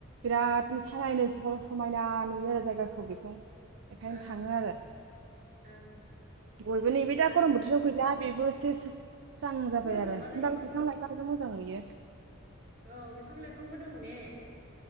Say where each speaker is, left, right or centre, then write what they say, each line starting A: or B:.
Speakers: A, on the right; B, on the right.
A: बिराद सालायनो समायना नुयो आरो जायगाखौ बेखौ बेखायनो
B: औ
A: थाङो आरो
B: औ
A: बयबो नैबे दा
B: आरो
A: गरम बोथोराव गैला बेबो सेस स्रां जाबाय
B: गरमाव
A: आरो
B: मा
A: ओमबाबो
B: जायो
A: बिफां लाइफां कत' मोजां नुयो
B: औ बिफां लाइफांबो दं ने?